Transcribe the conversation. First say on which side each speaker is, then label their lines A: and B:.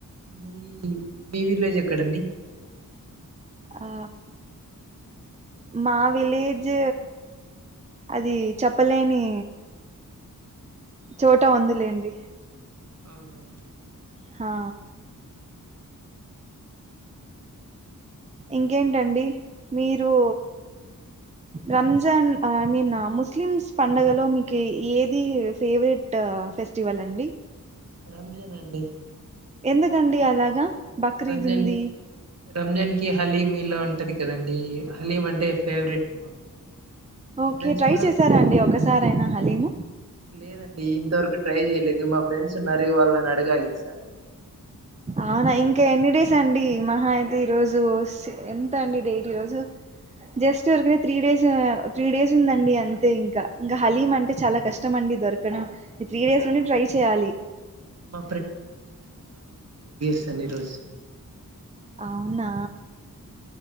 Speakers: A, on the right; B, on the right.
A: మీ మీ విలేజ్ ఎక్కడండి
B: ఆ మా విలేజ్ అది చెప్పలేని చోట ఉందిలేండి
A: అవునా
B: హా ఇంకేంటండి. మీరు రంజాన్ ఐ మీన్ ముస్లిమ్స్ పంండగలో, మీకు ఏది ఫేవరెట్ ఫెస్టివల్ అండి.
A: రంజానే అండి
B: ఎందుకండి అలాగా బక్రీద్
A: రంజన్
B: ఉంది
A: రంజాన్ కి హలీమ్ లాన్ టది కదండి హలీం అంటే ఫేవరెట్ మాకు. మా
B: ఓకే
A: ఫ్రెండ్స్
B: ట్రై
A: కూడా
B: చేసారా అండి ఒకసారైనా హలీము
A: లేదండి ఇంతవరకు ట్రై చేయలేదు. మా ఫ్రెండ్స్ ఉన్నారు. అదే వాళ్ళని అడగాలి సార్
B: అవునా ఇంకా ఎన్ని డేస్ అండి. మహా అయితే ఈరోజు స్ ఎంత అండి. డేట్ ఈరోజు జస్ట్ ఉరికనే త్రీ డేస్ త్రీ డేస్ ఉందండి. అంతే ఇంకా ఇంకా హలీం అంటే చాలా కష్టం అండి. దొరకడం త్రీ డేస్ నుండి ట్రై చేయ్యాలి.
A: మా సని రోజ్
B: అవునా